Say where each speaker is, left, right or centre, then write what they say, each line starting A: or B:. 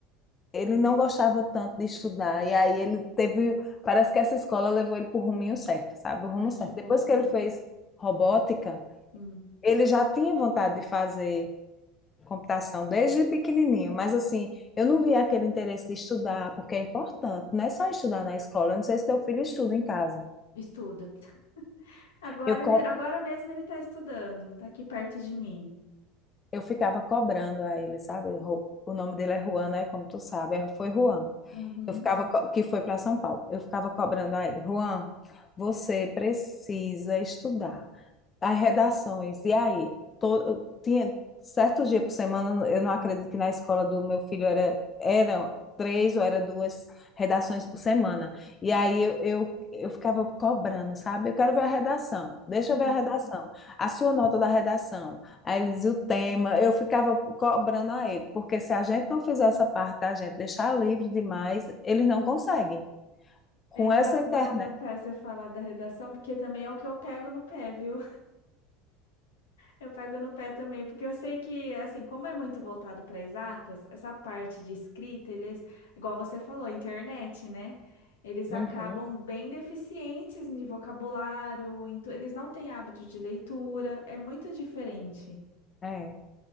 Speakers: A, on the left (about 30°); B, on the left (about 75°).
A: ele não gostava tanto de estudar, e aí ele teve, parece que essa escola levou ele para o ruminho certo, sabe? O rumo
B: Ai,
A: certo.
B: que bom.
A: Depois que ele fez robótica,
B: Hum,
A: ele já tinha vontade de fazer computação desde pequenininho, mas assim, eu não via aquele interesse de estudar, porque é importante, não é só estudar na escola, eu não sei se teu filho estuda em casa.
B: estuda. Agora
A: Eu, co-
B: ele, agora mesmo ele tá estudando, tá aqui perto de mim.
A: eu ficava cobrando a ele, sabe? O nome dele é Juan, né? Como tu sabe, é- foi Juan.
B: Uhum,
A: Eu ficava, co- que foi para São Paulo. Eu ficava cobrando a ele, Juan, você precisa estudar as redações. E aí, to- tinha certos dias por semana, eu não acredito que na escola do meu filho era, eram três ou era duas redações por semana. E aí eu, eu, eu ficava cobrando, sabe? Eu quero ver a redação, deixa
B: uhum.
A: eu ver a redação, a sua nota da redação. Aí ele dizia o tema, eu ficava cobrando a ele, porque se a gente não fizer essa parte da gente deixar livre demais, eles não conseguem. Com
B: É engraçado
A: essa internet.
B: até você falar da redação, porque também é o que eu pego no pé, viu? Eu pego no pé também, porque eu sei que, assim, como é muito voltado para exatas, essa parte de escrita, eles, igual você falou, a internet, né? Eles acabam
A: Uhum,
B: bem deficientes em vocabulário, em tu- eles não têm hábito de leitura, é muito diferente.
A: é.